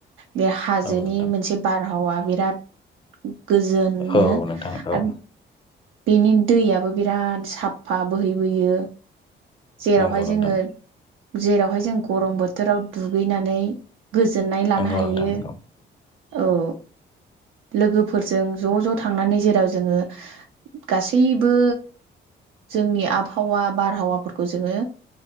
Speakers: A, on the right (about 85°); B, on the left (about 25°).
A: बे हाजोनि
B: औ नोंथां
A: मोनसे बारहावा बिराद गोजोनो
B: औ नोंथां
A: आरो
B: औ
A: बेनि दैयाबो बिराद साफा बोहैबोयो जेरावहाय
B: नंगौ नोंथां
A: जोङो जेरावहाय जों गरम बोथोराव दुगैनानै गोजोननाय लानो
B: नंगौ
A: हायो
B: नोंथां नंगौ
A: औ लोगोफोरजों ज ज थांनानै जेराव जोङो गासैबो जोंनि आभावा बारहावाफोरखौ जोङो